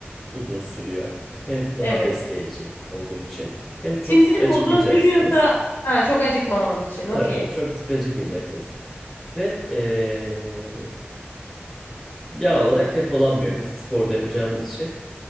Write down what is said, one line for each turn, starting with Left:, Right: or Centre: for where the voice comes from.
Centre: uzun sürüyor, hem daha
Left: Evet.
Centre: besleyici olduğu için, hem çok
Left: Sindirim
Centre: sık acıkmayacaksınız.
Left: uzun sürüyorsa ha, çok acıkmamam için.
Centre: Tabii,
Left: Okey.
Centre: çok sık acıkmayacaksınız. Ve e, yağ olarak depolanmıyor. Biz spor da yapacağımız için.